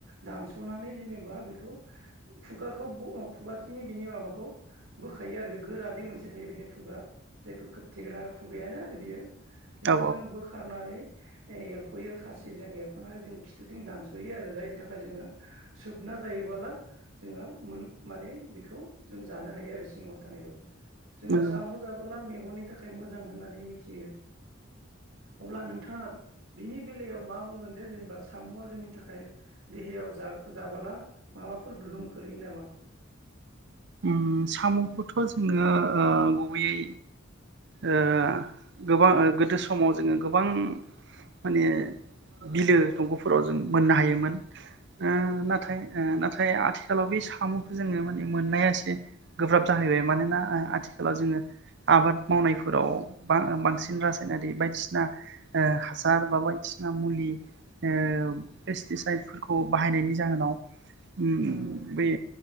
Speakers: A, on the right; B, on the right.
A: दानस'नानै जेनेबा बेखौ खुगाखौ ब खुगाथिनि बिनि माबाखौ बोखायो आरो बे गोरादि मोनसे थायो बेनि खुगा जायखौ खोबथेग्रा खुगायानो आरो बियो बेखौ
B: औ
A: जोङो बोखारनानै एरख'यो खासिजों एरख'नानै जों खिथुथिं दानस'यो आरो जायनि थाखाय जोङो सोबना जायोबोला जोङो मोन माने बेखौ जों जानो हायो आरो सिङाव थानायखौबो जोङो
B: नंगौ
A: साम' जाबोला मेगननि थाखाय मोजां मोजां होननानै मिथियो अब्ला नोंथाङा बिनि बेलायाव मा बुंगोन जे जेनेबा सामुआ जोंनि थाखाय देहायाव जा जाबोला माबाफोर गोहोम खोलैयो नामा
B: उम साम'खौथ' नोङो अ गुबैयै अ गोबां गोदो समाव जोङो गोबां माने बिलो दंग'फोराव जों मोननो हायोमोन। ओ
A: औ
B: नाथाय ओ नाथाय आथिखालाव बे साम'खौ जोङो माने। मोननाया एसे गोब्राब जाहैबाय मानोना अ आथिखालाव जोङो आबाद मावनायफोराव बा बांसिन रासायनारि बायदिसिना आ हासार बा बायदिसिना मुलि अ पेस्टिसाइदफोरखौ बाहायनायनि जाहोनाव। उम
A: नंगौ
B: बेै